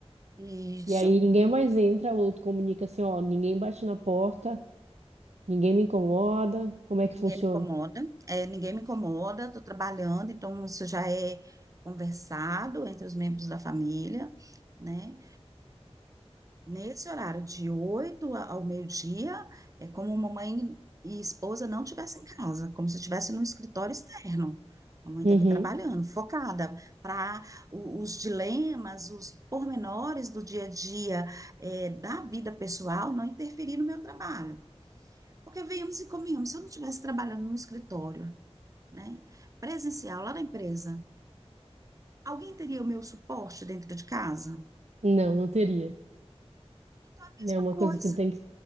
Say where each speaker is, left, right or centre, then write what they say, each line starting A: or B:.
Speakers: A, on the right (about 30°); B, on the right (about 85°).
A: e isso,
B: e aí ninguém mais entra, ou tu comunica assim, ó, ninguém bate na porta, ninguém me incomoda. Como é
A: Ninguém
B: que funciona?
A: me incomoda, é, ninguém me incomoda, estou trabalhando, então isso já é conversado entre os membros da família, né? Nesse horário de 8 a- ao meio-dia, é como mamãe e esposa não estivessem em casa, como se estivesse num escritório externo. A mãe
B: Uhum.
A: está aqui trabalhando, focada para os dilemas, os pormenores do dia a dia, é, da vida pessoal não interferir no meu trabalho. Porque viemos e convenhamos, se eu não estivesse trabalhando no escritório, né? Presencial, lá na empresa. Alguém teria o meu suporte dentro de casa?
B: Não, não teria.
A: Então é a mesma
B: né uma
A: coisa.
B: coisa que tem que.